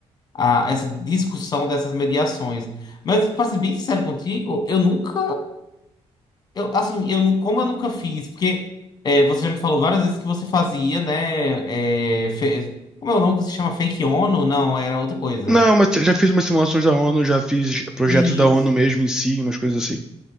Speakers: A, on the left; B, in the centre.
A: a- essa discussão dessas mediações. Mas para ser bem sincero contigo, eu nunca eu, assim, eu, nu- como eu nunca fiz, porque é, você já me falou várias vezes que você fazia, né? é, fe- como é o nome que se chama Fake ONU? Não, era outra coisa.
B: Não, mas já fiz umas simulações da ONU, já fiz projetos
A: Isso.
B: da ONU mesmo em si, umas coisas assim.